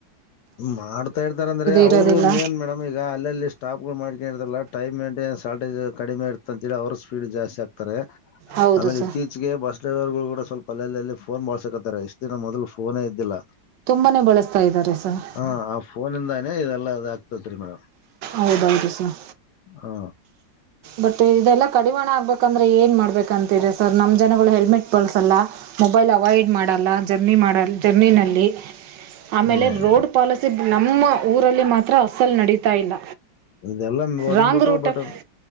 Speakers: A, on the left; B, on the right.
A: ಮಾಡ್ತಾ ಇರ್ತಾರ ಅಂದ್ರೆ ಅವರು
B: ಇರೋದಿಲ್ಲ
A: ಮೇನ್ ಮೇಡಮ್ ಈಗ ಅಲ್ಲೆಲ್ಲಿ ಸ್ಟಾಪ್ಗಳು ಮಾಡ. ಲ್ಲ ಟೈಮ್ ಮೇಂಟೈನ್ ಶಾರಲ್್ಟಜ ಕಡಿಮೆ ಇತ ಅಂತಿ ಅವರು ಸ್ಪೀಡ್ ಜಾಸ್ತಿ ಆಗ್ತಾರೆ.
B: ಹೌದು
A: ಆಮೇಲೆ
B: ಸರ್
A: ಇತ್ತೀಚೆಗೆ ಬಸ್ ಡೇವರ್ಗಳು ಕೂಡ ಸ್ವಲ್ಪ. ಕೊಲ ಫೋನ್ ಮಾಡ್ಸಕತ್ತಾರೆ ಎಷ್ಟು. ದಿನ ಮೊದಲು ಫೋನೇ ಇದ್ದಿಲ್ಲ.
B: ತುಂಬಾ ಬಳಸ್ತಾ ಇದ್ದಾರೆ ಸರ್
A: ಹ ಆ ಫೋನಿಂದಾನೇ ಇದೆಲ್ಲ ಅ ಆಗ್ತತ್ರಿ ಮೇಡಮ್
B: ಹೌದೌದು ಸರ್
A: ಹಾ.
B: ಬಟ್ ಇದೆಲ್ಲ ಕಡಿವಾಣ ಆಗ್ಬೇಕಂದ್ರೆ ಏನ್ ಮಾಡ್ಬೇಕಂತ್ರ ಸರ್ ನಮ್ ಜನಗಳು ಹೆಲ್ಮೆಟ್ ಬಳಲ್ಸಲ್ಲ. ಮೊಬೈಲ್ ಅವಾಯ್ಡ್ ಮಾಡಲ್ಲ. ಮಾಡ ಜರ್ನಿ. ಟ್ಟಿನಲ್ಲಿ. ಆಮೇಲೆ
A: ಹ್ಮ್
B: ರೋಡ್ ಪಾಲಿಸಿ. ನಮ್ಮ ಊರಲ್ಲಿ ಮಾತ್ರ ಅಸಲ್ಲಿ ನಡೀತಾ ಇಲ್ಲ.
A: ಇದೆಲ್ಲ ಹೊಂದ್ಬಿಟ್ಟು
B: ರಾಂಗ್ ರೂಟಲ್ಲಿ
A: ಬಟ್